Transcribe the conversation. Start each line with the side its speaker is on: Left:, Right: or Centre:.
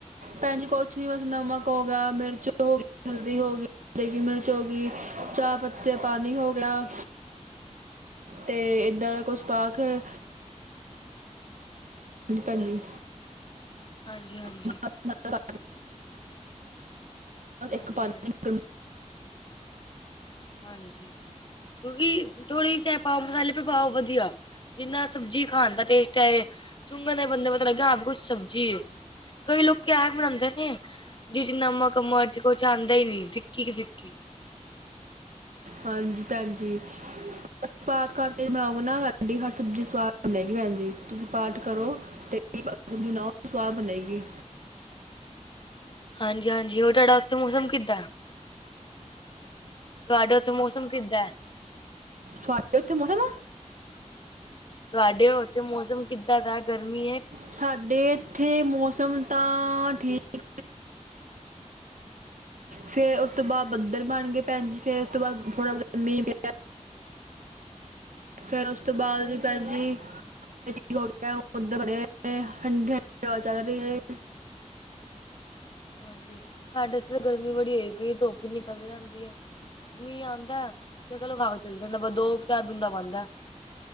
Right: ਭੈਣ ਜੀ ਕੁਛ ਨੀ ਬਸ ਨਮਕ ਹੋ ਗਿਆ, ਮਿਰਚ ਹੋ ਗੀ, ਹਲਦੀ ਹੋ ਗੀ। ਦੇਗੀ ਮਿਰਚ ਹੋ ਗੀ, ਚਾਹ ਪੱਤੀ ਦਾ ਪਾਣੀ ਹੋ ਗਿਆ। ਤੇ ਏਦਾ। ਦਾ ਕੁਛ ਪਾਕ ਕੇ ਹਾਂ ਭੈਜੀ
Left: ਹਾਂਜੀ ਹਾਂਜੀ
Right: <unintelligible> ਇੱਕ
Left: ਹਾਂਜੀ-ਹਾਂਜੀ,
Right: ਪਾ <unintelligible>
Left: ਹਾਂਜੀ। ਕਿਉਂਕਿ ਥੋੜੀ ਚਾਏ ਪਾਓ ਮਸਾਲੇ ਪਰ ਪਾਓ ਵਧੀਆ। ਜਿੰਨਾ ਸਬਜ਼ੀ ਖਾਣ ਦਾ ਟੇਸਟ ਹੈ ਸੁੰਘਣ ਦਾ ਬੰਦੇ ਪਤਾ ਲੱਗਿਆ ਹਾਂ ਵੀ ਕੁਛ ਸਬਜ਼ੀ ਕਈ ਲੋਕੀ ਕਿਆ ਵੀ ਬਨਾਉਂਦੇ ਸੀ ਜਿਸ ਚ ਨਮਕ ਮਰਜ਼ ਕੁਛ ਆਂਦਾ ਹੀ ਨੀ ਫਿੱਕੀ ਕਿ ਫਿੱਕੀ
Right: ਹਾਂਜੀ ਭੈਣ ਜੀ ਸੀ ਪਾਠ ਕਰਕੇ ਬਣਾਉ ਨਾ ਹਰ ਸਬਜ਼ੀ। ਹੱਥ ਦੀ ਸਵਾਦ ਬਣ ਜਾਏ ਗੀ ਭੈਣ ਜੀ ਤੁਸੀਂ ਪਾਠ ਕਰੋ ਤੇ ਬ ਸਵਾਹ ਬਣੇਗੀ
Left: ਹਾਂਜੀ ਹਾਂਜੀ ਉਹ ਤੁਹਾਡਾ ਉੱਥੇ ਮੌਸਮ ਕਿੱਦਾਂ ਤੁਹਾਡੇ ਉੱਥੇ ਮੌਸਮ ਕਿੱਦਾਂ ਹੈ
Right: ਸਾਡੇ ਇੱਥੇ ਮੌਸਮ
Left: ਤੁਹਾਡੇ ਉੱਥੇ ਮੌਸਮ ਕਿੱਦਾਂ ਦਾ ਗਰਮੀ ਹੈ
Right: ਸਾਡੇ ਇੱਥੇ ਮੌਸਮ ਤਾਂ ਠੀਕ ਫੇਰ ਉਸ ਤੋਂ ਬਾਅਦ ਬੱਧਰ ਬਣ ਗਏ ਭੈਣਜੀ ਫੇਰ ਉਸ ਤੋਂ ਬਾਅਦ ਥੋੜਾ ਬ ਮੀਂਹ ਪ ਫੇਰ ਉਸ ਤੋਂ ਬਾਅਦ ਦੀ ਭੈਣ ਜੀ ਠੀਕ ਹੋ ਗਿਆ। ਬਦਲ ਬਣੇ ਹੋਏ। ਨੇ ਠੰਡੀ ਠੰਡੀ ਹਵਾ ਚਲ ਰੀ ਐ।
Left: ਹਾਂਜੀ ਸਾਡੇ ਏਥੇ ਤੇ ਗਰਮੀ ਬੜੀ ਹੋਈ ਪਈ ਏ ਧੁੱਪ ਈ ਨਿਕਲ ਜਾਂਦੀ ਹੈ ਮੀਂਹ ਆਂਦਾ ਏ ਸ਼ਕਲ ਵਖਾ ਕੇ ਚੱਲ ਜਾਂਦਾ ਬਸ ਦੋ ਚਾਰ ਬੂੰਦਾਂ ਪਾਂਦਾ।